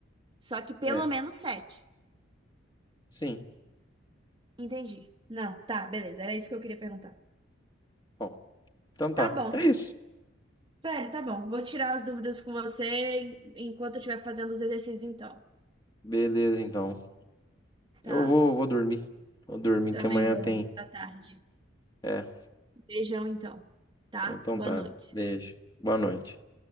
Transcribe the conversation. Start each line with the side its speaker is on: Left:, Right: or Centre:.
Right: Só que pelo
Left: É,
Right: menos sete.
Left: sim.
Right: Entendi. Não, tá, beleza. Era isso que eu queria perguntar.
Left: Bom, então tá.
Right: Tá bom.
Left: É isso.
Right: Velho, tá bom. Vou tirar as dúvidas com você en- enquanto eu estiver fazendo os exercícios, então.
Left: Beleza, então.
Right: tá?
Left: Eu vou, vou dormir. Vou dormir
Right: Também
Left: que amanhã
Right: vou,
Left: tem.
Right: amor, tá tarde.
Left: É.
Right: Beijão então, tá?
Left: Então
Right: Boa
Left: tá.
Right: noite.
Left: Beijo. Boa noite.